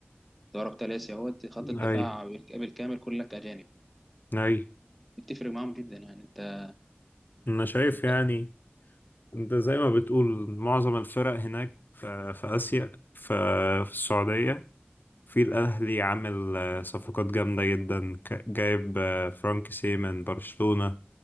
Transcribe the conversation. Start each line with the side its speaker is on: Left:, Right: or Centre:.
Centre: ضرب ثلاثي اهوت خط الدفاع
Left: اي
Centre: بالكامل كلك اجانب
Left: اي
Centre: بتفرق معاهم جدا يعني انت
Left: انا شايف
Centre: انت
Left: يعني انت زي ما بتقول معظم الفرق هناك في, في آسيا في, في السعودية في الأهلي عامل آه، صفقات جامدة جدا ك- جايب آه، فرانكيسي من برشلونة